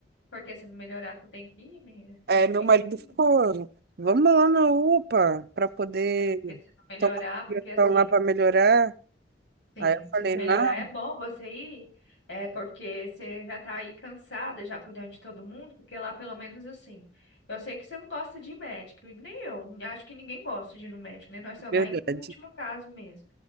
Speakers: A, on the left (about 85°); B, on the right (about 60°).
A: Porque se não melhorar, tu tem que ir, menina. Você
B: É,
A: não fica
B: meu marido
A: aí.
B: ficou, vamos lá na UPA para poder
A: É, porque se não melhorar,
B: tomar uma
A: porque
B: injeção
A: assim...
B: lá para melhorar.
A: Sim,
B: Aí eu
A: se
B: falei,
A: não melhorar
B: não,
A: é bom você ir, é porque você já tá aí cansada, já cuidando de todo mundo, porque lá pelo menos assim. Eu sei que você não gosta de médico, e nem eu, acho que ninguém gosta de ir no médico, né? Nós só vai
B: verdade.
A: em último caso mesmo.